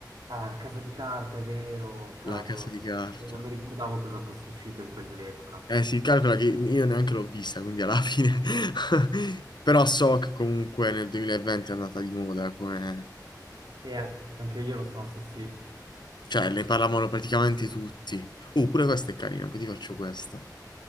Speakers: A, on the right (about 75°); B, on the left (about 80°).
A: Ah, Casa di Carta, è vero, cavolo.
B: La casa di carta.
A: Eh, non mi ricordavo cosa fosse uscito in quell'epoca.
B: Eh, si calcola che io neanche l'ho vista, quindi alla fine... <laughs> Però so che comunque nel 2020 è andata di moda, come...
A: E a- anche io lo so, sì, sì.
B: Cioè, ne parlavano praticamente tutti. Uh, pure questa è carina, poi ti faccio questa.